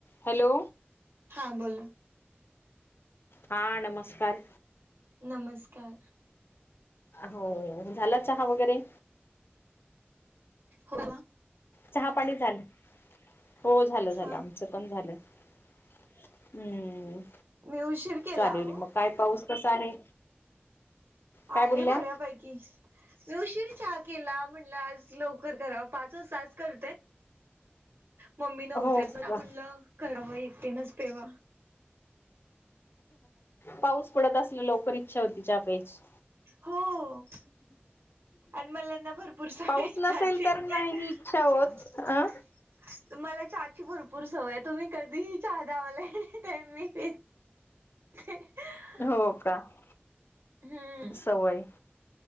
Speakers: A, on the left; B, on the right.
A: Hello
B: हां बोला.
A: हा नमस्कार.
B: नमस्कार.
A: हो झाला चहा वगैरे
B: हो
A: चहा पाणी झालं हो झालं झालं
B: हा
A: आम पण झालं हम्म.
B: मी उशीर केला
A: चालेल
B: हो.
A: मग काय पाऊस कसा आहे. काय
B: आहे
A: बोलल्या
B: बऱ्यापैकी मी उशीर चा केला म्हणलं आज लवकर करा. पाच तास करते. मम्मी नव्हत्या
A: हो
B: अस म्हटलं
A: का
B: करावं एकटीनच पेवा.
A: पाऊस पडत असल लवकर इच्छा होती चा प्याची
B: हो <unintelligible> आणि मलाना भरपूर सवय
A: पाऊस
B: आहे
A: नसेल
B: चहाची
A: तर
B: <unintelligible>
A: नाही इच्छा होत अ
B: मला चहाची भरपूर सवय आहे तुम्ही कधीही चहा द्या मला तरीही मी पिन ते <unintelligible>
A: हो का <unintelligible>
B: हम्म
A: सवय <unintelligible>